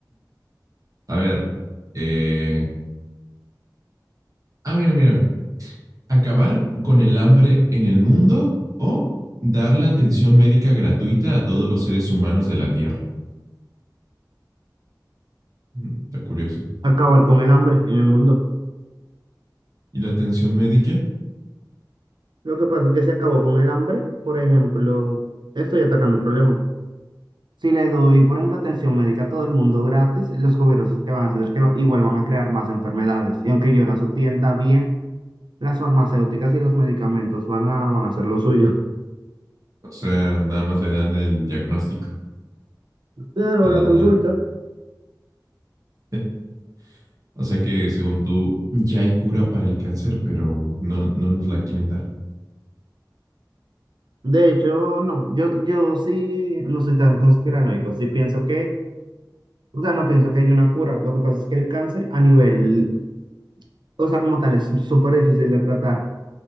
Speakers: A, on the right (about 50°); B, on the right (about 80°).
A: A ver. eh, Ah, mira, mira. Acabar con el hambre en el mundo o dar la atención médica gratuita a todos los seres humanos de la Tierra. Mm, Está curioso.
B: <laughs> Acabar con el hambre en el mundo.
A: ¿Y la atención médica?
B: Lo que pasa es que se acabó con el hambre. Por ejemplo, estoy atacando un problema. Si le doy, por ejemplo, atención médica a todo el mundo gratis, los gobiernos que van a hacer es que igual van a crear más enfermedades. Y aunque yo las atienda bien, las farmacéuticas y los medicamentos van a, van a hacer lo suyo.
A: O sea, nada más le dan el diagnóstico.
B: Claro,
A: a la-
B: la consulta.
A: <laughs> O sea que según tú, ya hay cura para el cáncer, pero no, no nos la quieren dar.
B: De hecho, no, yo, yo sí no soy tan conspiranoico, sí pienso que, o sea, no pienso que haya una cura. Lo que pasa es que el cáncer a nivel, o sea, como tal, es súper difícil de tratar